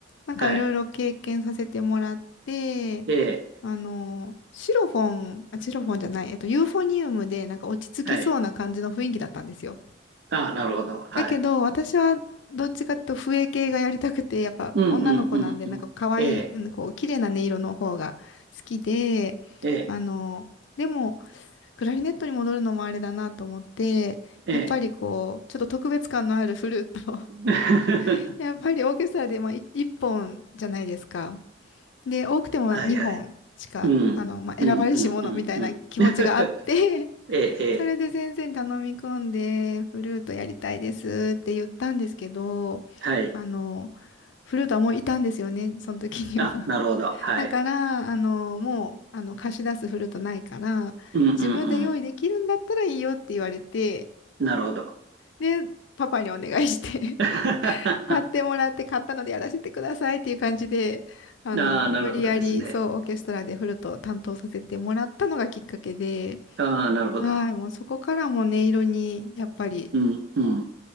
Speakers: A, on the left; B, on the right.
A: なんかいろいろ経験させてもらって、
B: はい。ええ、
A: あの、シロフォン、あ、シロフォンじゃない、えっと、ユーフォニウムでなんか落ち着きそうな感じの雰囲気だったんですよ。
B: はい。ああ、なるほど。はい。
A: だけど、私はどっちかっていうと笛系がやりたくて、やっぱ女の子なんで、
B: うん、うん、うん、うん。
A: なんか可愛い、
B: ええ、
A: うんこう、綺麗な音色の方が好きで、
B: ええ、
A: あの、でも、クラリネットに戻るのもあれだなと思って、
B: ええ。
A: やっぱりこう、ちょっと特別感のあるフルートを
B: <laughs>
A: <laughs> やっぱりオーケストラで、まあ、い一本じゃないですか。で、多くても2本しか、
B: はいはい。うん、
A: あの、まあ、
B: うん、
A: 選ばれし者みたいな気持ちがあって
B: うん、うん、うん。<laughs> ええ、ええ、
A: それで先生に頼み込んで、フルートやりたいですって言ったんですけど、
B: はい。
A: あの、フルートはもういたんですよね、その時には。
B: あ、なるほど。
A: <laughs>
B: はい。
A: だから、あの、もう、あの、貸し出すフルートないから、
B: うん、うん、
A: 自分で用意できるんだったらいいよって言われて、
B: うん。なるほど。
A: で、パパにお願いして <laughs>
B: <laughs> あ
A: 買ってもらって、買ったのでやらせてくださいっていう感じで、あの、
B: あ、なるほどですね。
A: 無理やり、そう、オーケストラでフルートを担当させてもらったのがきっかけで、
B: ああ、なるほど。
A: はい、もうそこからもう音色にやっぱり
B: うん、うん。
A: も